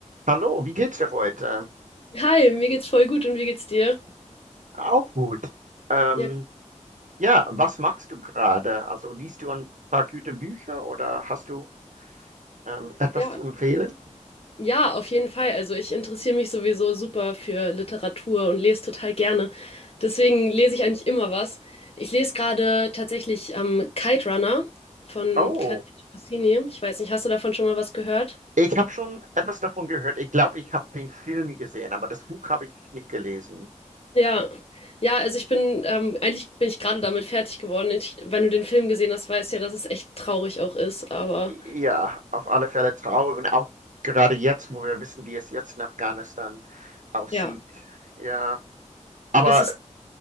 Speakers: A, on the right; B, on the left.
A: Hallo, wie geht's dir heute?
B: Hi, mir geht's voll gut und wie geht's dir?
A: Auch gut. Ähm,
B: Ja,
A: ja, was machst du gerade? Also liest du ein paar gute Bücher oder hast du ähm, etwas
B: ja.
A: zu empfehlen?
B: Ja, auf jeden Fall. Also ich interessiere mich sowieso super für Literatur und lese total gerne. Deswegen lese ich eigentlich immer was. Ich lese gerade tatsächlich ähm, Kite Runner von
A: Oh,
B: Claudia Pazzini. Ich weiß nicht, hast du davon schon mal was gehört?
A: ich habe schon etwas davon gehört. Ich glaube, ich habe den Film gesehen, aber das Buch habe ich nicht gelesen.
B: Ja, ja, also ich bin, ähm, eigentlich bin ich gerade damit fertig geworden. Ich, wenn du den Film gesehen hast, weißt du ja, dass es echt traurig auch ist, aber
A: Ja, auf alle Fälle traurig und auch gerade jetzt, wo wir wissen, wie es jetzt in Afghanistan aussieht.
B: ja,
A: Ja, aber
B: es ist